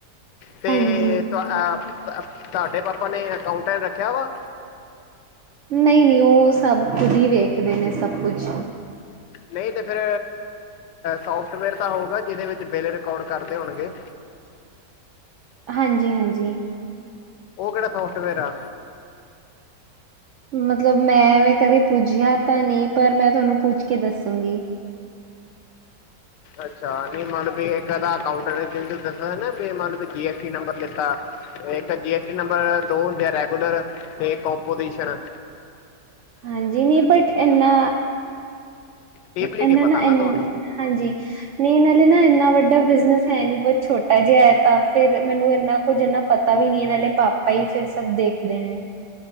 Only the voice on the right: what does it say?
ਹਾਂਜੀ
ਨਈ-ਨਈ ਓ ਸਭ ਖੁਦ ਹੀ ਵੇਖਦੇ ਨੇ ਸਭ ਕੁਛ
ਹਾਂਜੀ-ਹਾਂਜੀ
ਮਤਲਬ ਮੈਂ ਐਵੇਂ ਕਦੇ ਪੁੱਜਿਆ ਤਾਂ ਨਈ ਪਰ ਮੈਂ ਤੁਹਾਨੂੰ ਪੁੱਛ ਕੇ ਦੱਸੂੰਗੀ।
ਹਾਂਜੀ ਨਈ ਬਟ ਇਨਾ
ਇਹਨਾਂ
ਨਾ ਇ
ਹਾਂਜੀ ਨਈ ਨਾਲੇ ਨਾ ਇੰਨਾ ਵੱਡਾ ਬਿਜਨਸ ਹੈ ਨੀ ਬੋਤ ਛੋਟਾ ਜਿਹਾ ਹੈ ਤਾਂ ਫੇਰ ਮੈਨੂੰ ਇੰਨਾ ਕੁੱਝ ਇਨਾ ਪਤਾ ਵੀ ਨੀ ਇਹਨਾਂ ਪਾਪਾ ਈ ਫੇਰ ਸਭ ਦੇਖਦੇ ਨੇ।